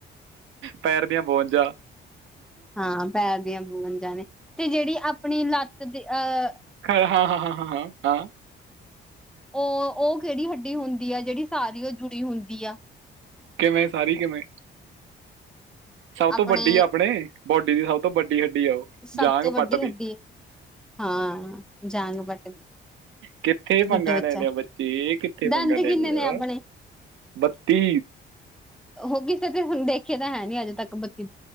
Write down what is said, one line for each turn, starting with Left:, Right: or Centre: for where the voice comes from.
Right: ਪੈਰ ਦੀਆਂ ਬਾਵੰਝਾ।
Centre: ਹਾਂ ਪੈਰ ਦੀਆਂ ਬੁਵੰਝਾ ਨੇ ਤੇ ਜਿਹੜੀ ਆਪਣੀ ਲੱਤ ਦੇ ਅਹ
Right: ਹਾ -ਹਾ, ਹਾ -ਹਾ, ਹਾ-ਹਾ
Centre: ਉਹ -ਉਹ ਕਿਹੜੀ ਹੱਡੀ ਹੁੰਦੀ ਆ, ਜਿਹੜੀ ਸਾਰਿਓ ਜੁੜੀ ਹੁੰਦੀ ਆ?
Right: ਕਿਵੇਂ ਸਾਰੀ ਕਿਵੇਂ? ਸਭ ਤੋਂ
Centre: ਆਪਣੇ
Right: ਵੱਡੀ ਆ ਆਪਣੇ, ਬੋਡੀ ਦੀ ਸਭ ਤੋਂ ਵੱਡੀ ਹੱਡੀ ਆ ਉਹ,
Centre: ਸਭ
Right: ਜਾਗ
Centre: ਤੋਂ ਵੱਡੀ
Right: ਪੱਟ ਦੀ।
Centre: ਹੱਡੀ ਹਾਂ ਜਾਂਗ ਬੱਟ
Right: ਕਿੱਥੇ ਪੰਗਾ
Centre: ਗੁੱਡ ਬੱਚਾ
Right: ਲੈ ਲਿਆ ਬੱ ਚੇ ਕਿੱਥੇ ਮੰਗਾ
Centre: ਦੰਦ
Right: ਲੈ
Centre: ਕਿੰਨੇ
Right: ਲਿਆ,
Centre: ਨੇ ਆਪਣੇ
Right: ਬੱਤੀ।
Centre: ਹੋ ਗਈ ਫਿਰ ਤੇ ਹੁਣ ਦੇਖੇ ਤਾਂ ਹੈ ਨੀ ਅੱਜ ਤੱਕ ਬ